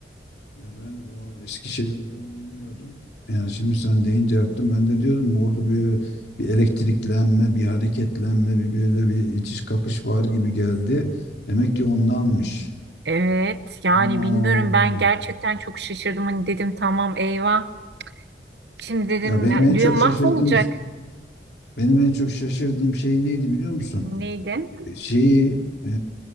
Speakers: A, on the left; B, on the right.
A: Ya ben o eski şey olduğunu bilmiyordum. Yani şimdi sen deyince yaptım. Ben de diyordum orada bir, bir elektriklenme, bir hareketlenme, bir böyle bir itiş kakış var gibi geldi. Demek ki ondanmış.
B: Evet yani
A: Aman.
B: bilmiyorum ben gerçekten çok şaşırdım hani dedim tamam eyvah. Şimdi dedim
A: Ya benim
B: ya,
A: en
B: düğün
A: çok
B: mahvolacak.
A: şaşırdığım benim en çok şaşırdığım şey neydi biliyor musun?
B: Neydi?
A: E, Şeyi e,